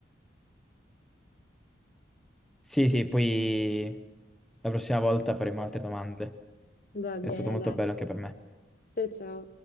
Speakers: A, in the centre; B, on the left.
A: Sì, sì, poi la prossima volta faremo altre domande.
B: Va bene,
A: È stato molto
B: dai.
A: bello anche per me.
B: Ciao ciao.